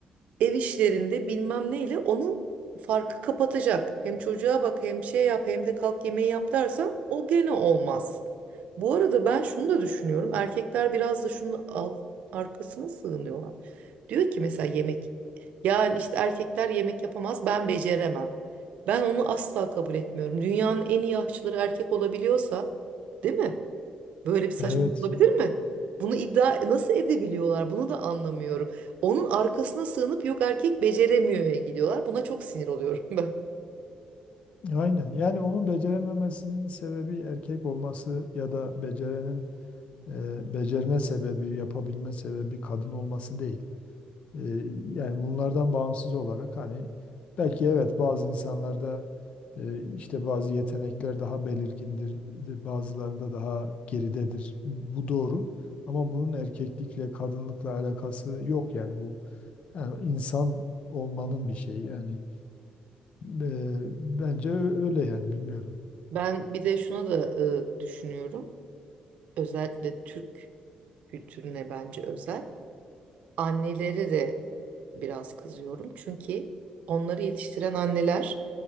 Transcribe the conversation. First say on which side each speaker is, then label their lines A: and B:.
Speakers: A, on the right (about 75°); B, on the left (about 55°).
A: ev işlerinde bilmem neyle onu farkı kapatacak. Hem çocuğa bak hem şey yap hem de kalk yemeği yap dersen o gene olmaz. Bu arada ben şunu da düşünüyorum. Erkekler biraz da şunun al, arkasına sığınıyorlar. Diyor ki mesela yemek. Yani işte erkekler yemek yapamaz ben beceremem. Ben onu asla kabul etmiyorum. Dünyanın en iyi aşçıları erkek olabiliyorsa, değil mi? Böyle bir saçmalık
B: Evet,
A: olabilir mi? Bunu iddia nasıl edebiliyorlar? Bunu da anlamıyorum. Onun arkasına sığınıp yok erkek beceremiyor'ya gidiyorlar. Buna çok sinir oluyorum <laughs> ben.
B: aynen. Yani onun becerememesinin sebebi erkek olması ya da becerenin e, becerme sebebi, yapabilme sebebi kadın olması değil. E, yani bunlardan bağımsız olarak hani belki evet bazı insanlarda e, işte bazı yetenekler daha belirgindir, e, bazılarında daha geridedir. Bu doğru. Ama bunun erkeklikle, kadınlıkla alakası yok yani bu yani insan olmanın bir şeyi yani e, bence ö- öyle yani bilmiyorum.
A: Ben bir de şuna da e, düşünüyorum. Özellikle Türk kültürüne bence özel. anneleri de biraz kızıyorum. Çünkü onları yetiştiren anneler